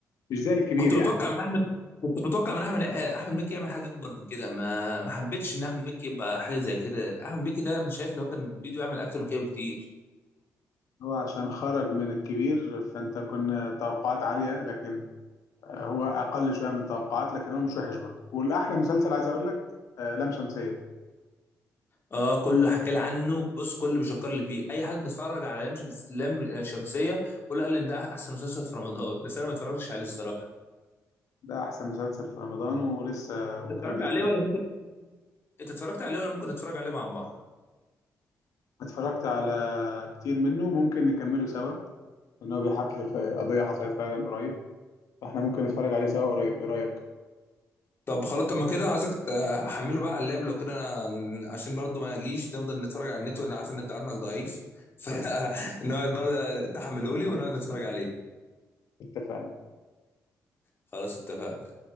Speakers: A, on the left (about 75°); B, on the left (about 40°).
A: مش زي الكبير
B: كنت
A: يعني
B: متوقع من احمد كنت متوقع من احمد آه، احمد مكي يعمل حاجه اكبر من كده ما ما حبيتش ان احمد مكي يبقى حاجه زي كده احمد مكي ده انا شايف لو كان بيدو يعمل اكتر من كده بكتير
A: هو عشان خرج من الكبير فانت كنا توقعات عالية لكن هو اقل شوية من التوقعات لكن هو مش وحش برضه والاحلى مسلسل عايز اقول لك آه، لام شمسية
B: اه كله حكى لي عنه بص كله بيشكر لي فيه اي حد اتفرج على لام شمس- لام شمسيه كله قال لي ان ده احسن مسلسل في رمضان بس انا ما اتفرجتش عليه الصراحه
A: ده احسن مسلسل في رمضان ولسه
B: انت
A: وكان
B: اتفرجت
A: بيتكلم
B: عليه ولا ممكن انت اتفرجت عليه ولا ممكن نتفرج عليه مع بعض
A: اتفرجت على كتير منه ممكن نكمله سوا لان هو بيحكي قضية حصلت فعلا قريب فاحنا ممكن نتفرج عليه سوا قريب ايه رأيك
B: طب خلاص طب ما كده عايزك تحمله بقى على اللاب لو كده أنا عشان برضو ما اجيش نفضل نتفرج على النت وانا عارف ان انت عندك ضعيف <laughs> فنقعد برضه تحمله لي ونقعد نتفرج عليه
A: اتفقنا
B: خلاص اتفقنا